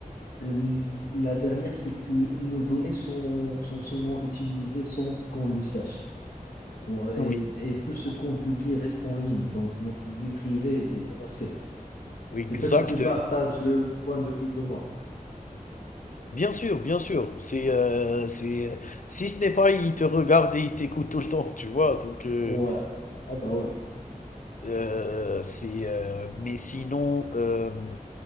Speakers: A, on the left (about 85°); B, on the left (about 60°).
A: Euh, La dernière, c'est que nos données sont, sont souvent utilisées sans qu'on le sache. On- Et,
B: oui,
A: et tout ce
B: oui,
A: qu'on publie reste en ligne, donc notre vie privée est menacée.
B: oui,
A: Je
B: exact.
A: sais pas si tu partages le même point de vue que moi.
B: Bien sûr, bien sûr. C'est, heu, c'est, si ce n'est pas, il te regarde et il t'écoute tout le temps, tu vois? Donc, heu,
A: Ouais, ah bah ouais.
B: heu, c'est, heu, mais sinon, hem